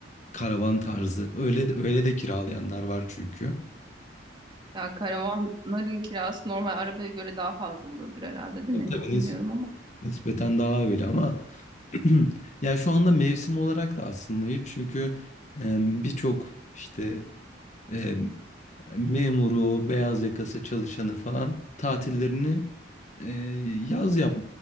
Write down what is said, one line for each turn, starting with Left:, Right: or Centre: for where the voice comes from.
Left: Karavan tarzı. Öyle de, öyle de kiralayanlar var çünkü.
Right: Ya karavanların kirası normal arabaya göre daha fazla oluyordur herhalde, değil
Left: Tabii
Right: mi?
Left: tabii,
Right: Bilmiyorum
Left: nis-
Right: ama.
Left: nispeten daha öyle ama <clears throat> ya şu anda mevsim olarak da aslında hiç çünkü e, birçok işte e, memuru, beyaz yakası çalışanı falan tatillerini e, yaz yap